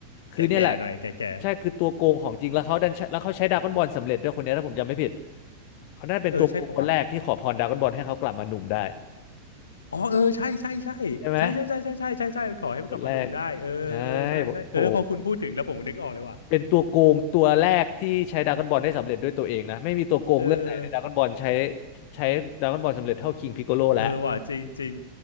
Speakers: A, on the left (about 45°); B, on the left (about 70°).
A: คือเนี่ยแหละ
B: แก่ๆหน่อยแก่
A: ใช่คือตัวโกงของจริงแล้วเขาดันใช้แล้วเขาใช้ดราก้อนบอลสำเร็จด้วยคนเนี้ยถ้าผมจำไม่ผิดเขาน่าจะเป็นตัวโกงคนแรกที่ขอพรดราก้อนบอลให้เขากลับมาหนุ่มได้
B: ๆเออใช่ป่าวะ อ๋อเออใช่ใช่ใช่ใช่ใช่ใช่ใช่ใช่ใช่ใช่ขอให้มันกลับมาหนุ่มได้เออเออใช่ใช่เออพอคุณพูดถึงแล้วผมนึกออกเลยว่ะ
A: ใช่ไหมเป็นคนแรกใช่โห เป็นตัวโกงตัวแรกที่ใช้ดราก้อนบอลได้สำเร็จด้วยตัวเองนะไม่มีตัวโกงเรื่องไหนในดราก้อนบอลใช้
B: เออ
A: ใช้ดราก้อนบอลสำเร็จเท่าคิงพิกโกโลแล้ว
B: เออว่ะจริงจริง